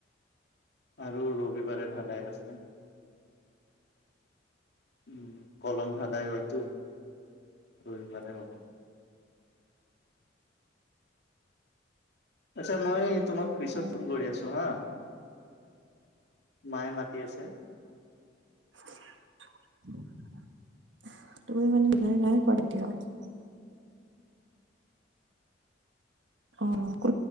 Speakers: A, on the left; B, on the right.
A: আৰু ৰবিবাৰে ঢালাই আছে। উম। কলম ধালাই হয়তো। ৰবিবাৰে হ'ব। আচ্ছা, মই তোমাক পিছত
B: অ',
A: ফোন কৰি আছো। ত' হা। মায়ে মাতি আছে
B: তুমি মানে ডিনাৰ নাই কৰা এতিয়াও? অ'হ কো